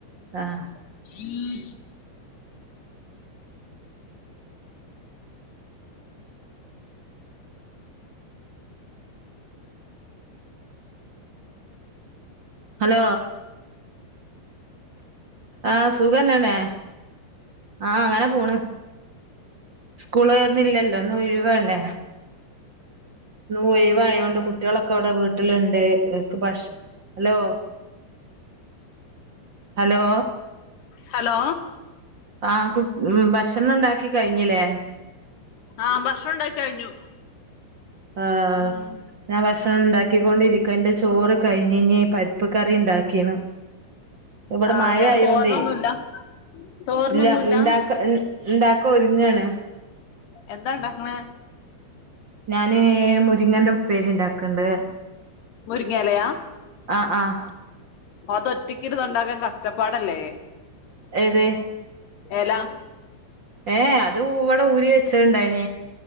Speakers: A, on the right; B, on the left.
A: ആഹ്ആ
B: ഉംഹ്
A: ഹലോ ആഹ സുഖന്നന്നെ ആഹ അങ്ങനെ പോണ് സ്കൂള്ന്നിതില്ലല്ലോ ഒന്ന് ഒഴവാല്ലേ ഇ ഒഴവയ കൊണ്ട് കുട്ടികളൊക്കെ അവിടെ വീട്ടിലുണ്ട് ഭക്ഷ ഹലോ ഹലോ
B: ഹലോ
A: ആ കു ഉ ഭക്ഷണം ഉണ്ടാക്കി കഴിഞ്ഞില്ലേ
B: ആഹ് ഭക്ഷണം ഉണ്ടാക്ക കഴിഞ്ഞു
A: ആ്
B: ഉം
A: ഞാൻ ഭക്ഷണം ഉണ്ടാക്കിക്കൊണ്ടിരിക്കും എന്റെ ചോറ് കഴിഞ്ഞഞ്ഞ് പരിപ്പ് കറി ഉണ്ടാക്കി ക്കന ഇവിടെ
B: ആ
A: മായ
B: വേറെ
A: ആയോണ്ടേ
B: തോരനൊന്നുല്ല തോരനൊന്നുല്ല
A: ഇല്ല ഉണ്ടാക്ക ഉണ്ടാക്ക ഒരുങ്ങാണ്
B: എന്താ ഉണ്ടാക്കണേ
A: ഞാന് മുരിങ്ങന്റെ പേരുണ്ടാക്കണ്ട്
B: മുരിങ്ങാലയാ
A: ആഹ ആഹ
B: അത് ഒറ്റക്കി ഇത് ഉണ്ടാക്കാൻ കഷ്ട പാടല്ലേ
A: ഏതെ
B: എലാ
A: ഏ അത് ഇവിടെ ഊരി വെച്ച ഇച്ച ഉണ്ടായിന